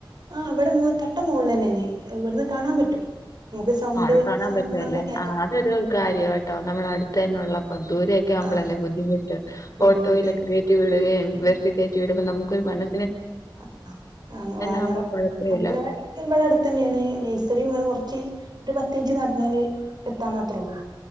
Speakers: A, on the right; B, on the left.
A: ആഹ് ഇവിടെ മോ തട്ട മോള തന്നെനെ ഇവിടുന്ന് കാണാൻ പറ്റും നമുക്ക് സൗണ്ട്
B: ആളെ കാണാൻ
A: സംഭവങ്ങളൊക്കെ
B: പറ്റുവല്ലേ
A: കേക്കാം
B: ആ അതൊരു കാര്യ ട്ടോ നമ്മുടെ അടുത്ത് തന്നെള്ള ഇപ്പം ദൂരെയൊക്കെ ആവുമ്പളല്ലേ
A: ആഹ്
B: ബുദ്ധിമുട്ട്
A: ബുദ്ധിമുട്ട്
B: ഓട്ടോയിലൊക്കെ കയറ്റി വിടുകയും ബസ്സി കേറ്റി വിടുമ്പോ നമുക്കൊരു മന
A: ആ വലവാടി
B: ആവുമ്പോ കൊഴപ്പവില്ല
A: അംഗലവാടി ഇവിടെ അടുത്ത് തന്നെയാണ് നെയ്സറിം ഇ കുറച്ച് ഒരു പത്ത് മിനു നടന്നാല് എത്താൻ മാത്രേള്ളൂ